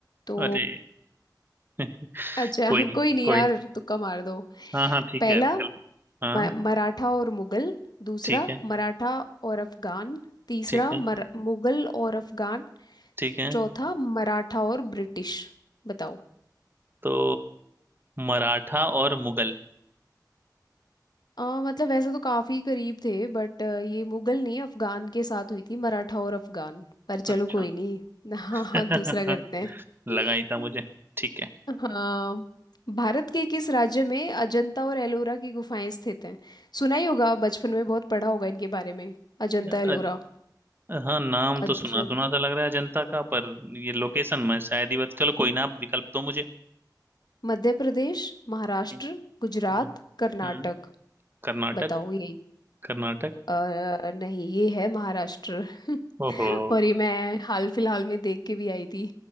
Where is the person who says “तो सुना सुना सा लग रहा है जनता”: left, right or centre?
Right